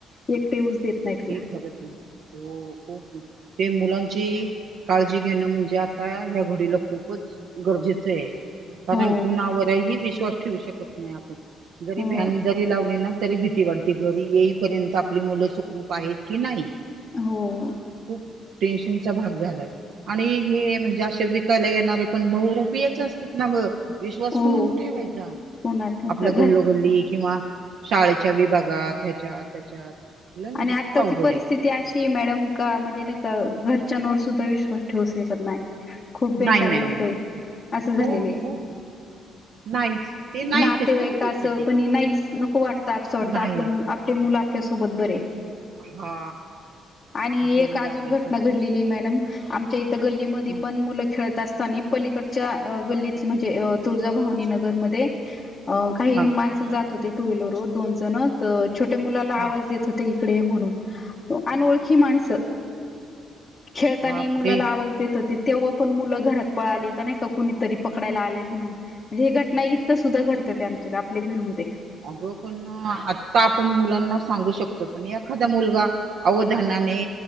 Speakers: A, on the left; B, on the right.
A: एकटेऊच देत नाही तिला.
B: खरंच ना. हो खूप ते मुलांची काळजी घेणं म्हणजे आता ह्या घडीला खूपच गरजेचं आहे. कारण
A: हो
B: कुणावरही विश्वास ठेवू शकत नाही आपण, जरी
A: हो
B: व्हॅन जरी लावली ना तरी भीती वाढती घरी येईपर्यंत आपली मुलं सुखरूप आहेत की नाही.
A: हो
B: खूप टेनशनचा भाग झालाय आणि हे म्हणजे अशे वि कायला येणारे पण बहुरूपीयेच असतात ना ग. विश्वास
A: हो
B: कुणा ठेवायचा
A: कोणाच्या
B: आपला
A: घर
B: गल्लोगल्ली किंवा शाळेच्या विभागात ह्याच्यात त्याच्यात. लय म्हणजे
A: आणि आत्ताची
B: खूप अवघड
A: परिस्थिती
B: आहे
A: ती अशीये मॅडम का म्हणजे नाही का घरच्यांवर सुद्धा विश्वास ठेवू शकत नाही. खूप
B: नाही
A: बेकार
B: नाही
A: लोक
B: नाही
A: आहे असं झालेलं
B: खूप
A: आहे.
B: खूप नाहीच. ते नाहीच
A: नातेवाईका
B: आहे खरंचच
A: असं
B: आहे ते
A: कोणी नाहीच नको वाटतं आपं वाटतं
B: नाही
A: आपलं आपले मुलं आपल्यासोबत बरे.
B: हा
A: आणि
B: आपली
A: एक
B: मुलं
A: अजून
B: आपल्यासोबत
A: घटना घडलेली आहे मॅडम आमच्या इथं गल् ली मधी
B: ह हा
A: पण मुलं खेळत असतानी पलीकडच्या गल्लीत म्हणजे तुळजाभवानी नगर मधे काही
B: हा
A: माणस जात होते टू व्हीलर वर दोन जण त छोट्या मुलाला
B: हा
A: आवाज देत होते इकडे ये म्हणून अनओळखी माणसं. खेळतानी
B: बापरे
A: मुलाला आवाज देत होतीत तेव्हा पण मुलं घरात पळाली का नाही का कुणीतरी पकडाला आलाय म्हणून. म्हणजे हे घट नाही इथं सुंद्धा घडतात आमच्यथ आपल्या घरमध्ये.
B: अगं पण आत्ता आपण मुलांना सांगू शकतो पण एखादा मुलगा अवधानाने